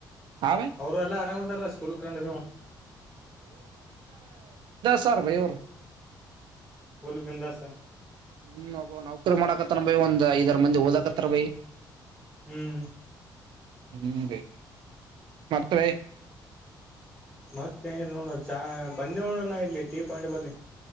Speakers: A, on the right (about 70°); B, in the centre.
A: ಹಾ ಬೈ
B: ಅವರು ಎಲ್ಲಾ ಆರಾಮ್ದಾರಲ್ಲ ಸ್ಕೂಲ್ ಫ್ರೆಂಡ್ು
A: ಸರ್ಮಯ ಅವ
B: ಸ್ಕೂಲ್ ಬಿಂದಾಸ್
A: ಹ್ಮ್ ಅಬ ನೌಕರಿ ಮಾಡಕ ಭ ಒಂದ್ ಐದಾರರ ಮಂದಿ ಓದಕತ್ತಾರ ಭೈಿ
B: ಹ್ಮ್
A: ಹ್ಮ ಮತ್ರ
B: ಮತ್ತೆ ನೋಡೋಣ ಚ ಬಂದೇ ನೋಡೋಣ ಇರ್ಲ್ಲಿ ಟೀ ಪಾಯಿಂಟ್ ಬಳಿ